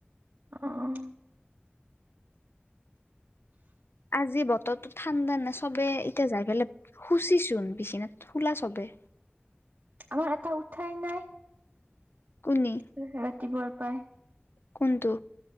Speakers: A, on the right; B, on the left.
A: আহ।
B: আজি বতৰতো ঠাণ্ডা না, চবে এতিয়া যাই পেলাই শুইছেছুন বিচনা শুলা চবে।
A: আমাৰ এটা, উঠাই নাই।
B: কোনি।
A: এই ৰাতিপুৱাৰ পাই।
B: কোনটো।